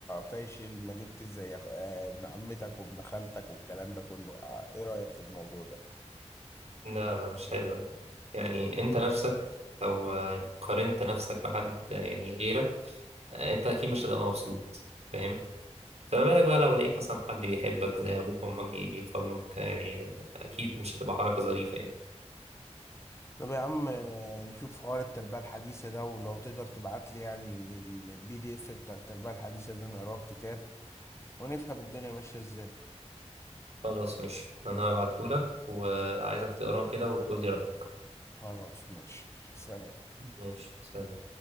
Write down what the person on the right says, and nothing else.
لا لا مش حلو أكيد. يعني أنت نفسك لو آه، قارنت نفسك بحد آه، يعني غيرك آه، أنت أكيد مش هتبقى مبسوط فاهم فما بالك بقى لو لقيت مثلا حد بيحبك زي أبوك وأمك بي- بيقارنوك يعني آه، أكيد مش هتبقى حركة ظريفة يعني
خلاص ماشي أنا هبعتهولك وعايزك تقراه كده وتقولي رأيك
ماشي سلام